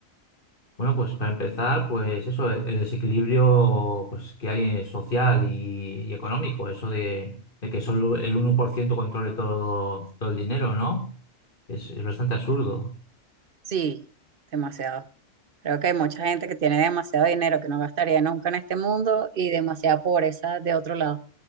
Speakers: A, on the left; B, on the right.
A: Bueno, pues para empezar, pues eso, el, el desequilibrio pues, que hay eh, social y, y económico, eso de, de que solo el uno por ciento controle todo, todo el dinero, ¿no? Es, es bastante absurdo.
B: sí, demasiado. Creo que hay mucha gente que tiene demasiado dinero que no gastaría nunca en este mundo y demasiada pobreza de otro lado.